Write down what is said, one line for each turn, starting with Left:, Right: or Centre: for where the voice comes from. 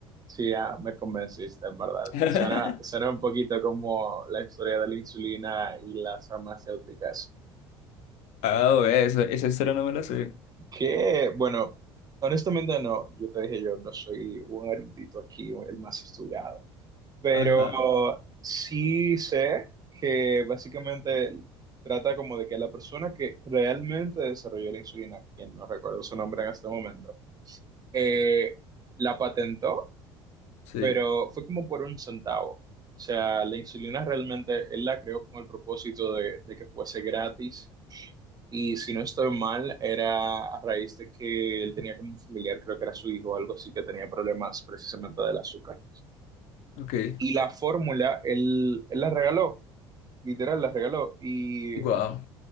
Right: Sí, ya me convenciste, en verdad.
Left: <laughs>
Right: Suena, suena un poquito como la historia de la insulina y las farmacéuticas.
Left: Ah, ve, esa, esa historia no me la sé.
Right: Que, bueno, honestamente no, yo te dije, yo no soy un erudito aquí, el más estudiado. Pero
Left: Ajá,
Right: sí sé que básicamente trata como de que la persona que realmente desarrolló la insulina, quien no recuerdo su nombre en este momento, eh, la patentó
Left: sí,
Right: pero fue como por un centavo. O sea, la insulina realmente él la creó con el propósito de, de que fuese gratis. Y si no estoy mal, era a raíz de que él tenía como un familiar, creo que era su hijo o algo así, que tenía problemas precisamente del azúcar.
Left: ok.
Right: Y la fórmula, él, él la regaló, literal, la regaló. Y
Left: Wow,